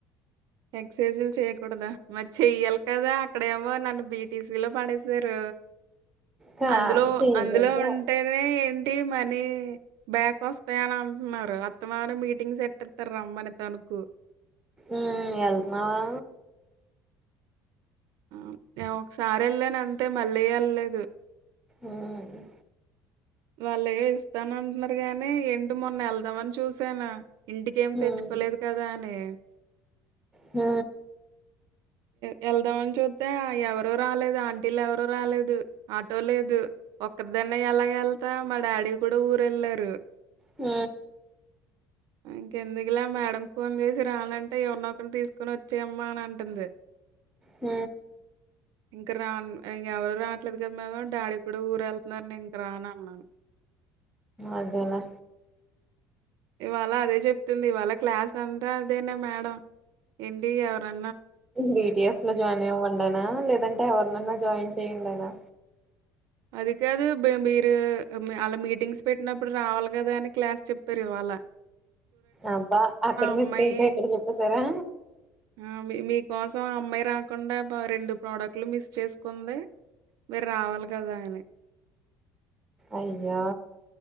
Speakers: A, on the right; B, in the centre.
A: ఎక్ససైజులు చెయ్యకూడదా మరి చెయ్యాల కదా ఇక్కడేమో నన్ను బీటీసీ లో పాడేశారు
B: కా
A: అందులో
B: చేయకూడదు
A: అందులో ఉంటేనే ఏం టి మనీ బ్యాక్ వస్తాయ అని అంటున్నారు అత్తమానం మీటింగ్ సెతేతార రమ్మని తను కు
B: ఊ వెళ్తున్నావా
A: ఆ నే ఒకసారి వెళ్ళాను అంతే మళ్ళీ యలేదు
B: ఊ అవును
A: వాళ్ళు ఏ ఇస్తానంటున్నారు గాని ఏంటి మొన్న వెళ్దామని చూసాను ఇంటికి ఏమి
B: ఉమ్
A: తెచ్చుకోలేదు కదా అని
B: ఊ
A: వెళ్దామని చూస్తే ఎవరు రాలేదు ఆంటీలు ఎవరు రాలేదు ఆటో లేదు ఒక్కదన్న ఎలాగ వెళ్తా మా డాడీ కూడా ఊరళ్ళారు
B: ఆ
A: ఇంకెందుకులా మేడం కు ఫోన్ చేసి రాలంటే ఎవనొ ఒకరిని తీసుకొని వచ్చాయమ్మా అని అంటుంది
B: ఊ
A: ఇంక రా ఎవరు రాట్లేదు కదా మ డాడీ కూడా ఊరు వెళ్తున్నారు నే ఇంక రాన్ననాను
B: అదెల
A: ఇవాళ అదే చెప్తుంది ఇవాళ క్లాస్ అంతా అదేనే మేడం ఎంటి ఎవరా
B: బిటిఎస్ లో జాయిన్ అవ్వండానా లేదంటే ఎవరినైనా జాయిన్ చేయ్యండనా
A: అది కాదు బ మీరు అలా మీటింగ్స్ పెట్టినప్పుడు రావాలి కదా అని క్లాస్ చెప్పారు ఇవాళ్ళ
B: అబ్బా అక్కడ మిస్
A: అమ్మాయి
B: అయితే ఇక్కడ చెప్పసారా
A: ఆ మీ మీకోసం అమ్మాయి రాకుండా రెండు ప్రోడక్ట్లు మిస్ చేసుకుంది మీరు రావాలి కదా అని
B: అయ్యో